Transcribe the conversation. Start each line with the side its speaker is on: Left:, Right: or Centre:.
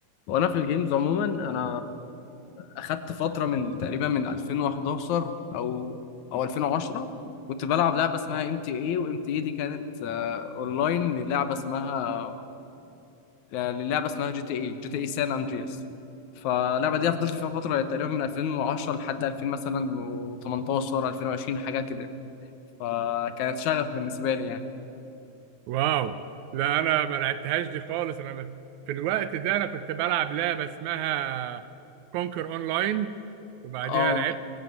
Left: وانا في الجيمز عموما انا اخدت فتره من تقريبا من 2011 او او 2010 كنت بلعب لعبه اسمها ام تي اي وام تي اي دي كانت آه، اونلاين للعبه اسمها آه، للعبه اسمها جي تي اي جي تي اي سان اندرياس فاللعبه دي فضلت فيها فتره تقريبا من 2010 لحد 2000 مثلا و18 2020 حاجه كده فكانت شغف بالنسبه لي يعني
Right: واو لا انا ما لعبتهاش دي خالص انا ب- في الوقت ده انا كنت بلعب لعبه اسمها كونكر اونلاين وبعديها
Left: اه
Right: لعبت